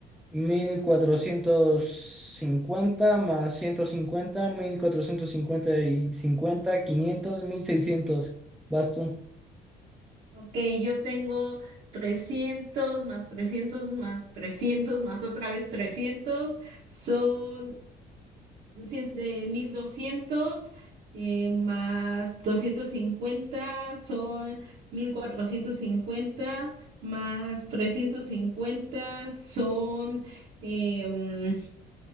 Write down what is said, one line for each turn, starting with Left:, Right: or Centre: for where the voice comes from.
Centre: mil cuatrocientos cincuenta más ciento cincuenta mil cuatrocientos cincuenta y 50, 500, 1600. Vas tú.
Right: Ok, yo tengo 300 más trescientos más 300 más otra vez 300 son cien- eh, 1200 eh, más 250 son 1450 más 350 son em,